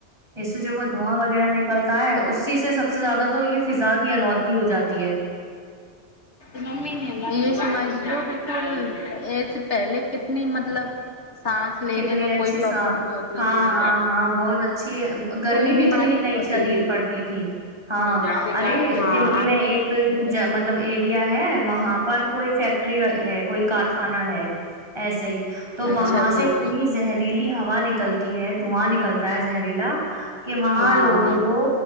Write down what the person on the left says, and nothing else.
ممی یہ سمجھ لو بالکل ای سے پہلے کتنی مطلب سانس لینے
میں
کوئی پرابلم
نہیں ہوتی
تھی
کوئی
بیماری
نہیں
ہوتی
ہاں
آج
تو کوئی
اچھا
جچی
ہاں